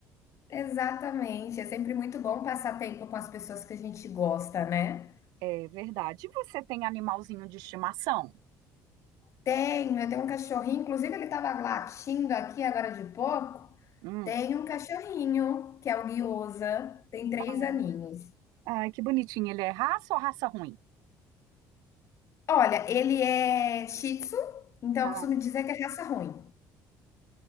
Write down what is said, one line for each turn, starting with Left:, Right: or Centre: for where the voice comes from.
Left: Exatamente. É sempre muito bom passar tempo com as pessoas que a gente gosta, né?
Right: É verdade. E você tem animalzinho de estimação?
Left: Tenho, eu tenho um cachorrinho, inclusive ele tava latindo aqui agora de pouco.
Right: Hum.
Left: Tenho um cachorrinho, que é o Guiosa, tem três
Right: ah,
Left: aninhos.
Right: Ai, que bonitinho. Ele é raça ou raça ruim?
Left: Olha, ele é Shih Tzu, então
Right: Ah,
Left: eu costumo dizer que é raça ruim,